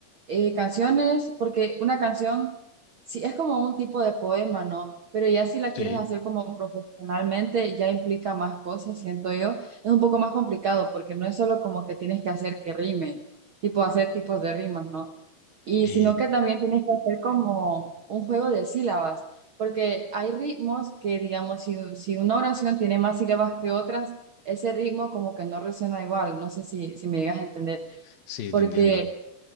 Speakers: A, on the right; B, on the left.
A: eh, canciones, porque una canción Sí, es como un tipo de poema, ¿no? Pero ya si la
B: sí.
A: quieres hacer como profesionalmente, ya implica más cosas, siento yo. Es un poco más complicado porque no es solo como que tienes que hacer que rime, tipo hacer tipos de rimas, ¿no? Y
B: Y
A: sino que también tienes que hacer como un juego de sílabas, porque hay ritmos que, digamos, si, si una oración tiene más sílabas que otras, ese ritmo como que no resuena igual, no sé si, si me llegas a entender,
B: sí,
A: porque
B: te entiendo.